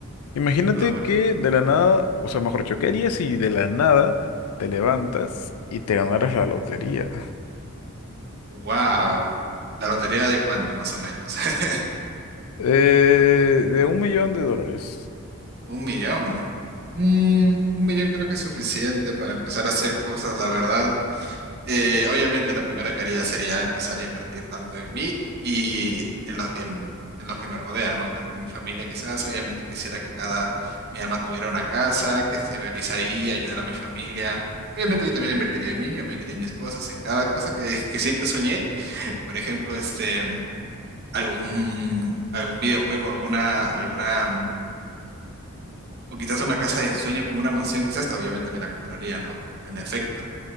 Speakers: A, on the left (about 90°); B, on the right (about 45°).
A: Imagínate
B: A ver.
A: que de la nada, o sea, mejor dicho, ¿qué harías si de la nada te levantas y te ganaras la lotería?
B: Wow. La lotería de cuánto más o menos. <laughs>
A: Eh, de un millón de dólares.
B: Un millón. Mm, un millón creo que es suficiente para empezar a hacer cosas, la verdad. Eh, obviamente la primera que haría sería empezar a invertir tanto en mí y en los que, mm, en los que me rodean, ¿no? Tanto mi familia quizás, obviamente quisiera que cada, mi ama tuviera una casa, que esté feliz ahí, ayudar a mi familia. Obviamente yo también invertiría en mí, yo invertiría en mis cosas, en cada cosa que, que siempre soñé. <laughs> Por ejemplo, este, mm, algún, algún videojuego, alguna, alguna, mm, o quizás una casa de ensueño como una mansión, quizás, obviamente me la compraría, ¿no? En efecto.